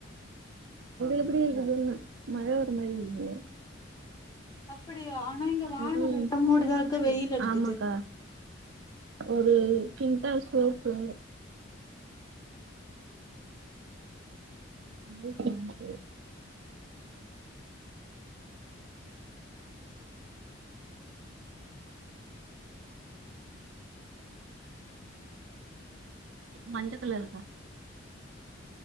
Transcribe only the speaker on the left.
அப்படியா ஆனா இங்க வானோ
லைட்டா மூடிதா இருக்கு வெயில் அடிக்குது
கேக்குதா